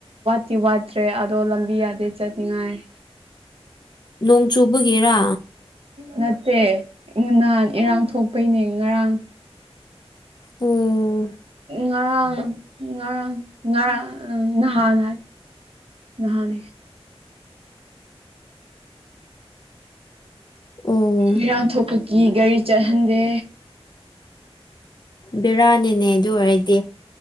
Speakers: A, on the right (about 65°); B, on the left (about 45°).
A: ꯛꯇꯤ ꯋꯥꯠꯇ꯭ꯔꯦ ꯑꯗꯣ ꯂꯝꯕꯤ ꯌꯥꯗꯦ ꯆꯠꯅꯤꯡꯉꯥꯏ
B: ꯅꯣꯡ ꯆꯨꯕꯒꯤꯔꯥ
A: ꯅꯠꯇ ꯅꯍꯥꯟ ꯏꯔꯥꯡ ꯊꯣꯛꯄꯩꯅꯦ ꯉꯔꯥꯡ
B: ꯑꯣ
A: ꯉꯔꯥꯡ ꯉꯔꯥꯡ ꯉꯔꯥꯡ ꯅꯍꯥꯟ ꯍꯥꯏ ꯅꯍꯥꯟ
B: ꯑꯣ
A: ꯏꯔꯥꯡ ꯊꯣꯛꯄꯒꯤ ꯒꯥꯔꯤ ꯆꯠꯍꯟꯗꯦ
B: ꯕꯦꯔꯥꯅꯤꯅꯦ ꯑꯗꯨ ꯑꯣꯏꯔꯗꯤ